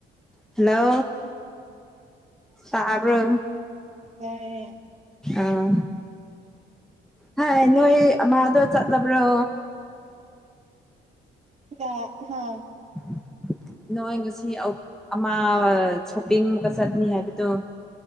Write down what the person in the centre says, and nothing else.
ꯍꯜꯂꯣ ꯁꯥꯕ꯭ꯔꯣ
ꯑꯥ ꯍꯥꯏ ꯅꯣꯏ ꯑꯃꯥꯗꯣ ꯆꯠꯂꯕ꯭ꯔꯣ
<unintelligible> <unintelligible> ꯅꯣꯏ ꯉꯁꯤ ꯑꯃ ꯁꯣꯞꯄꯤꯡ ꯑꯃꯨꯛꯀ ꯆꯠꯅꯤ ꯍꯥꯏꯕꯗꯣ